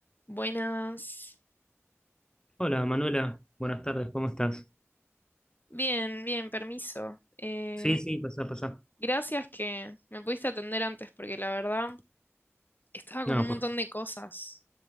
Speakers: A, on the left; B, on the left.
A: Buenas.
B: Hola Manuela, buenas tardes, ¿cómo estás?
A: Bien, bien, permiso. Eh,
B: Sí, sí, pasá, pasá.
A: gracias que me pudiste atender antes porque la verdad estaba
B: No,
A: con un
B: por...
A: montón de cosas